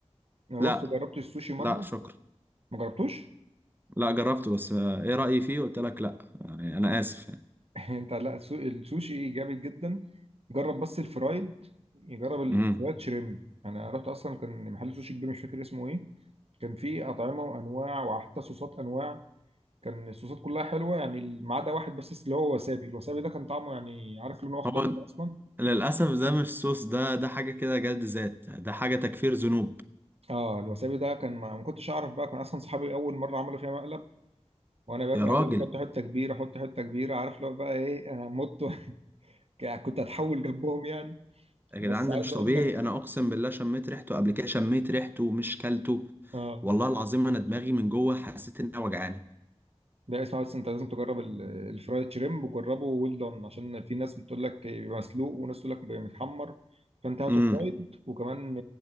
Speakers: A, on the right (about 60°); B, on the right (about 15°).
A: انا
B: لا
A: بص جربت السوشي مره
B: لا شكرا
A: ما جربتوش
B: لا جربته بس آه، ايه رأيي فيه قلت لك لا يعني أنا آسف يعني
A: <laughs> انت لا السو- السوشي جامد جدا جرب بس الفرايد جرب الفرايد
B: مم.
A: شريمب يعني انا رحت اصلا كان محل سوشي كبير مش فاكر اسمه ايه كان فيه اطعمه وانواع وحتى صوصات انواع كان الصوصات كلها حلوه يعني ما عدا واحد بس اللي هو وسابي الوسابي ده كان طعمه يعني عارف لونه اخضر
B: هو
A: كده اصلا
B: للأسف ده مش صوص ده ده حاجة كده جلد ذات ده حاجة تكفير ذنوب
A: اه الوسابي ده كان ما ما كنتش اعرف بقى كان اصلا صحابي اول مره عملوا فيها مقلب وانا باكل
B: يا راجل
A: قعدوا يقولوا لي حط حته كبيره حط حته كبيره عارف لو بقى ايه انا مت <laughs> كنت هتحول جنبهم يعني
B: يا
A: بس
B: جدعان ده مش
A: عايز اقول
B: طبيعي
A: لك
B: انا اقسم بالله شميت ريحته قبل كده شميت ريحته مش كلته
A: اه
B: والله العظيم انا دماغي من جوه حسيت انها وجعاني
A: لا اسمع بس انت لازم تجرب ال- الفرايد شريمب وجربه ويل دون عشان في ناس بتقول لك بيبقى مسلوق وناس تقول لك بيبقى متحمر فانت هاته
B: امم
A: فرايد وكمان